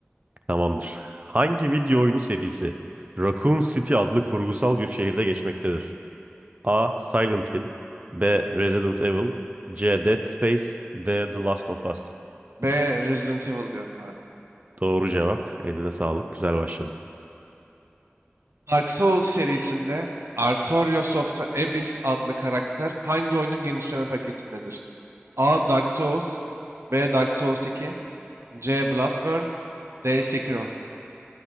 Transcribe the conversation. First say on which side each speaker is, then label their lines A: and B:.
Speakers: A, on the right; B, on the right.
A: Tamamdır. Hangi video oyunu serisi? Raccoon City adlı kurgusal bir şehirde geçmektedir. A. Silent Hill B. Resident Evil C. Dead Space D. The Last of Us
B: B. Resident Evil diyorum abi.
A: Doğru cevap. Eline sağlık. Güzel başladın.
B: Dark Souls serisinde Artorias of the Abyss adlı karakter hangi oyunun genişleme paketindedir? A. Dark Souls B. Dark Souls 2 C. Bloodborne D. Sekiro